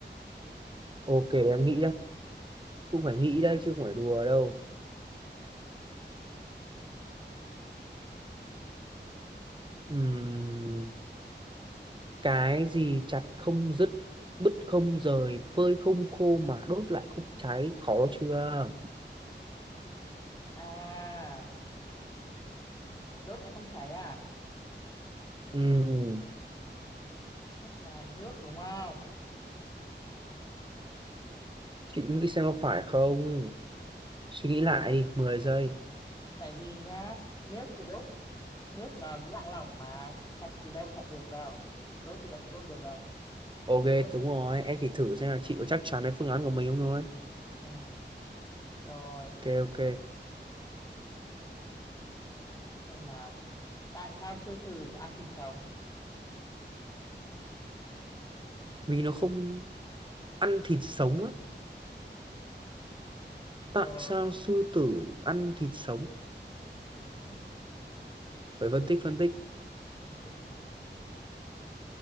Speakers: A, on the right (about 25°); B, on the left (about 20°).
A: ok em nghĩ đây cũng phải nghĩ đây chứ không phải đùa đâu Ừm, cái gì chặt không dứt bứt không rời phơi không khô mà đốt lại không cháy khó chưa
B: À, đốt lại không cháy à?
A: Ừm,
B: Chắc là nước đúng không?
A: chị nghĩ xem có phải không suy nghĩ lại đi 10 giây
B: Tại vì nhá, nước thì đốt, nước nó dạng lỏng mà chặt thì đâu chặt được đâu. Đốt thì đâu cũng đốt được đâu.
A: Ok
B: Nước
A: đúng rồi em chỉ thử
B: thế thì
A: xem là chị có chắc chắn với phương án của mình không thôi
B: ừ. Rồi,
A: Ok ok
B: xem nào. Tại sao sư tử ăn thịt sống?
A: Vì nó không ăn thịt sống á Tại
B: Rồi,
A: sao sư tử ăn thịt sống
B: đúng.
A: Phải phân tích phân tích
B: Phân tích, phân tích.